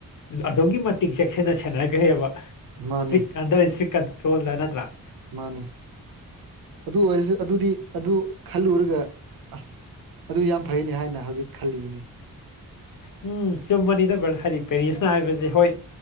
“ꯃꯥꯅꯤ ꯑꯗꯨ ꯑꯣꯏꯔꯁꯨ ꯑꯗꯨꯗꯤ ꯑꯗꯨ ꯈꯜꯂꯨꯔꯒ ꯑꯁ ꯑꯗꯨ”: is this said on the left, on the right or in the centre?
Right